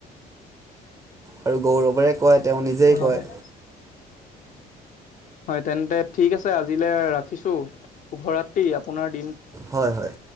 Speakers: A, on the right (about 15°); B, on the left (about 50°).
A: আৰু গৌৰৱেৰে কয় তেওঁ নিজেই কয়
B: হয়। হয় তেন্তে ঠিক আছে আজিলৈ ৰাখিছো শুভ ৰাত্ৰি আপোনাৰ দিন
A: হয় হয়।